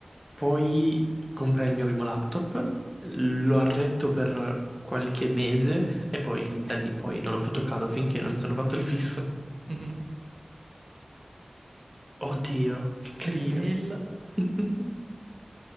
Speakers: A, in the centre; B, on the right (about 70°).
A: poi comprai il mio primo laptop, lo arretto per qualche mese e poi da lì poi non l'ho più toccato finché non mi sono fatto il fisso.
B: Mhm.
A: Oddio, che carino.
B: Che bello.
A: <laughs>